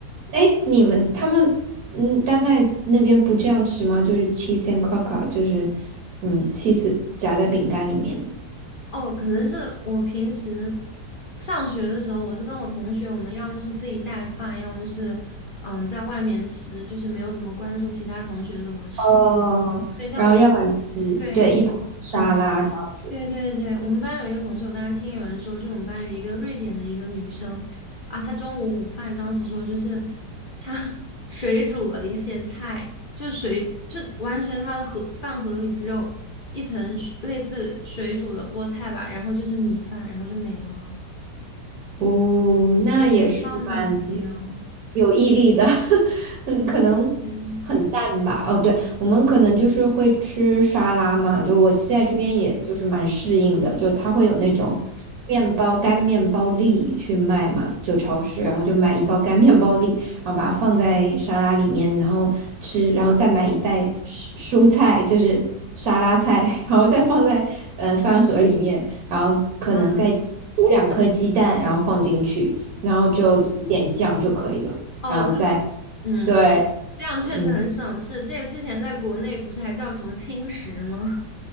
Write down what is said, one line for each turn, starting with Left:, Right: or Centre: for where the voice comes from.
Right: 哎，你们他们嗯，丹麦那边不这样吃吗？就是 cheese and c r o c k e r 就是嗯 cheese 夹在饼干里面。
Left: 哦，可能是我平时上学的时候，我是跟我同学，我们要么是自己带饭，要么是嗯在外面吃，就是没有怎么关注其他同学怎么吃。
Right: 哦，
Left: 对，但我
Right: 然后要不然就是对一盘沙拉这样子。
Left: 对，嗯。对对对，我们班有一个同学，我当时听有人说，就是我们班有一个瑞典的一个女生啊，她中午午饭当时说就是她 <laughs> 水煮了一些菜，就水就完全她的盒饭盒里只有一层水类似水煮的菠菜吧，然后就是米饭，然后就没了，
Right: 哦，那也是蛮
Left: 对，一样都没有。
Right: 有毅力的，<laughs> 嗯，
Left: 对对对，
Right: 可能很淡吧。哦，对，我们可能就是会吃沙拉嘛，就我现在这边也就是蛮适应的，
Left: 嗯
Right: 就它会有那种面包干面包粒去卖嘛，就超市，然后就买一包干面包粒，然后把它放在沙拉里面，然后吃，然后再买一袋蔬蔬菜，就是沙拉菜，然后再放在呃饭盒里面。然后可能再煮两颗鸡蛋，
Left: 啊
Right: 然后放进去，然后就挤一点酱就可以了，
Left: 哦呃嗯，
Right: 然后再对，
Left: 这样确实很省事。
Right: 嗯，
Left: 这个之前在国内不是还叫什么轻食吗？